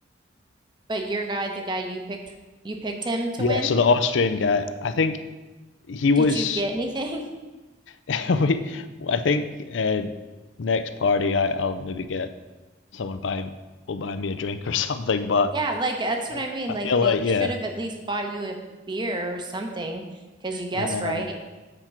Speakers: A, on the right; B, on the left.
A: but your guy, the guy you picked, you picked him to
B: Yeah,
A: win.
B: so the Austrian guy, I think he was.
A: Did you get anything?
B: <laughs> We, I think uh, next party, I, I'll maybe get someone buy will buy me a drink or <laughs> something. But
A: Yeah, like that's what
B: I,
A: I mean.
B: I
A: Like
B: feel
A: they
B: like
A: should
B: yeah,
A: have at least bought you a beer or something because you guessed
B: yeah, I know.
A: right.